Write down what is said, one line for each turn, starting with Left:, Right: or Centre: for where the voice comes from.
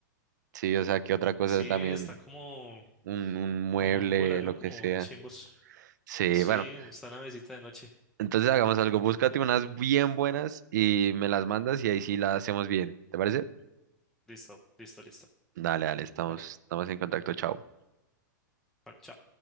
Right: Sí, o sea, que otra cosa
Centre: Sí,
Right: también,
Centre: están como,
Right: un, un mueble,
Centre: como culas, ¿no?
Right: lo
Centre: Como
Right: que sea.
Centre: chimbos.
Right: Sí,
Centre: Sí,
Right: bueno,
Centre: está una mesita de noche.
Right: entonces hagamos algo, búscate unas bien buenas y me las mandas y ahí sí las hacemos bien, ¿te parece?
Centre: Listo, listo, listo.
Right: Dale, dale, estamos,
Centre: Vale.
Right: estamos en contacto, chao.
Centre: Bueno, chao.